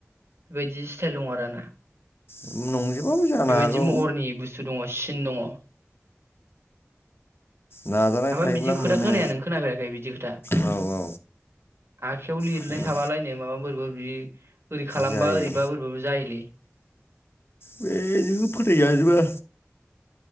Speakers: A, on the right; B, on the left.
A: बेबायदि स्टाइल दं आरो ना
B: नंजोबाबो जानो
A: बेबायदि
B: हागौ
A: महरनि बुस्थु दङ सिन दङ।
B: नाजानाय
A: ओमफाय
B: थायोब्ला
A: बिदि खोथा
B: मोनो
A: खोनाया नों खोनाफेराखै बिदि खोथा
B: औ औ
A: आखायाव लिरनाय
B: खोना
A: थाबालायनो माबा बोरैबा बेए ओरै खालामबा
B: जायो
A: ओरैबा बोरैबाबो जायोलै
B: बे जोंबो फोथाय जाजोबा।